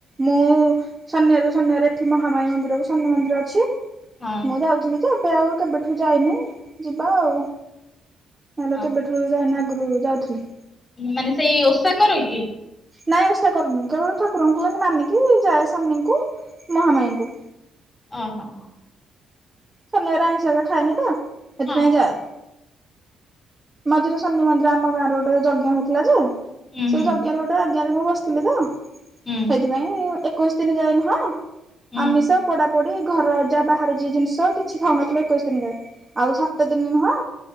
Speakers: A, on the right; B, on the left.
A: ମୁଁ ଶନାରୁ ଶନିବାର ଏଠି ମହାମାଇ ମନ୍ଦିରକୁ ସନ ମନ୍ଦିର ଅଛି।
B: ହଁ
A: ମୁଁ ଯାଉଥିଲି ଯେ ଏବେ ଆଉ କେବେଠୁ ଯାଇନି ଯିବା ଆଉ। ନେଲେ
B: ହଁ
A: କେବେଠୁ ଯାଇନା ଆଗରୁ ଯାଉଥିଲେ।
B: ମାନେ ସେଇ ଓଷା କର କି?
A: ନାଇଁ ଓଷା କରୁନି କେବଳ ଠାକୁରଙ୍କୁ ମାନିକି ଯାଏ ସାମନିଙ୍କୁ ମହାମାଇଙ୍କୁ
B: ଓ ହୋ ହଁ।
A: ଶନିବାରେ ଆଇଁଷ ହେରିକା ଖାଇଏନି ତ ସେଥିପାଇଁ
B: ହଁ
A: ଯାଏ। ମଝିରରେ ସୋନି ମନ୍ଦିର ଆମ ଗାଁ ରେ ଗୋଟେ ଯଜ୍ଞ ହେଇଥିଲା ଯେ
B: ହୁଁ
A: ସେଇଜ୍ଞ
B: ହୁଁ
A: ରେ ଗୋଟେ ଗୋଟେ ଆଜ୍ଞାରେ ମୁଁ ବସିଥିଲି ତ
B: ହୁଁ।
A: ଥିପାଇଁ ଏକୋଇଶି ଦିନ ଯାଏନୁହଁ
B: ହୁଁ
A: ଆମିଷ ପୋଡା ପୋଡି ଘର ଯାହା ବାହହାର ଯିଏ ଜିନିଷ କିଛି ଖାଉନଥିଲୁ ଏକୋଇଶି ଦିନରେ ଆଉ ସାତ ଦିନ ନୁହଁ